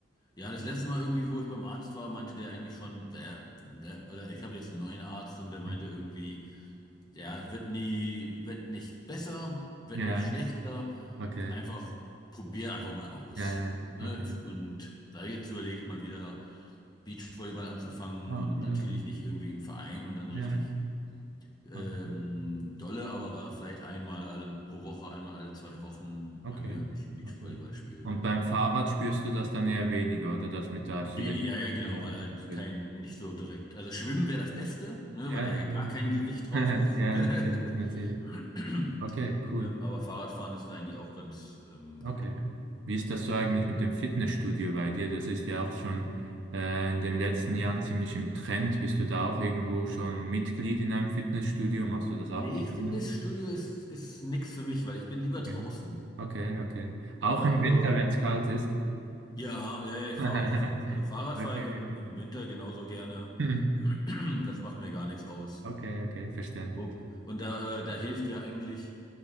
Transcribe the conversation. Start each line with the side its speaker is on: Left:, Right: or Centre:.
Left: Ja, das letzte Mal irgendwie, wo ich beim Arzt war, meinte der eigentlich schon, der, der, oder ich habe jetzt einen neuen Arzt und der meinte
Right: Hm.
Left: irgendwie, ja, wird nie, wird nicht besser, wird
Right: Ja,
Left: nicht schlechter,
Right: okay.
Left: einfach probier einfach mal aus.
Right: Ja, ja,
Left: Ne?
Right: ja, okay.
Left: Und da habe ich jetzt überlegt, mal wieder Beachvolleyball anzufangen
Right: Ah,
Left: und
Right: Okay,
Left: natürlich
Right: okay.
Left: nicht irgendwie im Verein und dann
Right: Ja,
Left: richtig ähm,
Right: okay.
Left: dolle, aber vielleicht einmal alle, pro Woche, einmal alle zwei Wochen
Right: Okay,
Left: mal wieder ein bisschen Beachvolleyball
Right: okay.
Left: spielen.
Right: Und beim Fahrrad spürst du das dann eher weniger, oder das mit der Achillessehne?
Left: Wenig, ja, ja, genau,
Right: Ja,
Left: weil halt
Right: natürlich.
Left: kein, nicht so direkt. Also Schwimmen wäre das Beste, ne,
Right: Ja,
Left: weil da ja
Right: klar,
Left: gar kein
Right: klar.
Left: Gewicht
Right: <laughs>
Left: drauf ist.
Right: Ja,
Left: <laughs>
Right: natürlich, natürlich. Okay, cool.
Left: Ähm, aber Fahrradfahren ist da eigentlich auch ganz ähm,
Right: Okay.
Left: gut.
Right: Wie ist das so eigentlich mit dem Fitnessstudio bei dir? Das ist ja auch schon äh, in den letzten Jahren ziemlich im Trend. Bist du da auch irgendwo schon Mitglied in einem Fitnessstudio? Machst du das
Left: Nee,
Right: auch gerne?
Left: Fitnessstudio ist, ist nichts für mich, weil ich bin lieber
Right: Okay,
Left: draußen.
Right: okay, okay. Auch
Left: Ne?
Right: im
Left: Also,
Right: Winter, wenn es kalt ist.
Left: ja, ja, ja, ich
Right: <laughs>
Left: fahre auch, also Fahrrad
Right: Okay,
Left: fahre ich im,
Right: okay.
Left: im Winter genauso gerne.
Right: <laughs>
Left: <clears throat> Das macht mir gar nichts aus.
Right: Okay, okay, verständlich.
Left: Wo- Und da, äh, da hilft ja eigentlich